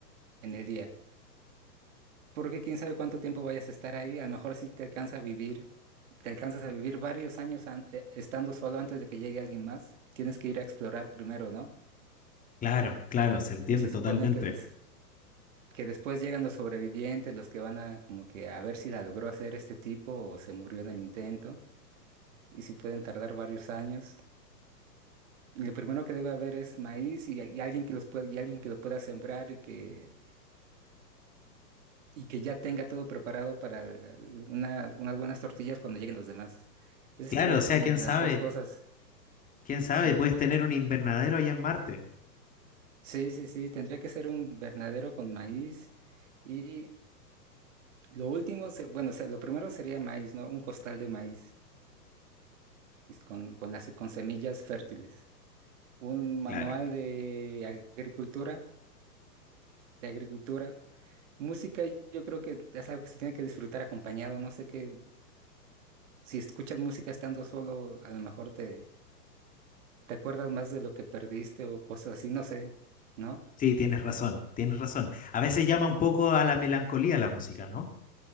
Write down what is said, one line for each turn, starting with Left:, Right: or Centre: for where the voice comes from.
Right: en el día. Porque quién sabe cuánto tiempo vayas a estar ahí, a lo mejor si te alcanza a vivir, te alcanzas a vivir varios años an- eh, estando solo antes de que llegue alguien más, tienes que ir a explorar primero, ¿no?
Left: Claro, claro, se entiende
Right: Se
Left: totalmente.
Right: supone que des- que después llegan los sobrevivientes, los que van a como que a ver si la logró hacer este tipo o se murió en el intento, y si pueden tardar varios años. Y lo primero que debe haber es maíz y, y alguien que los pueda, y alguien que lo pueda sembrar y que, y que ya tenga todo preparado para el- una- unas buenas tortillas cuando lleguen los demás. Esas
Left: Claro,
Right: serían
Left: o
Right: la
Left: sea,
Right: prima-
Left: quién
Right: las
Left: sabe,
Right: dos cosas,
Left: quién sabe,
Right: ¿sí?
Left: puedes tener un invernadero allá en Marte.
Right: Sí, sí, sí, tendría que ser un invernadero con maíz y lo último, se- bueno, se- lo primero sería maíz, ¿no? Un costal de maíz. es con, con, las- con semillas fértiles. Un manual
Left: Claro.
Right: de agricultura, de agricultura. Música, yo creo que es algo que se tiene que disfrutar acompañado. No sé qué, si escuchas música estando solo, a lo mejor te, te acuerdas más de lo que perdiste o cosas así, no sé, ¿no?
Left: Sí, tienes razón, tienes razón. A veces llama un poco a la melancolía la música, ¿no?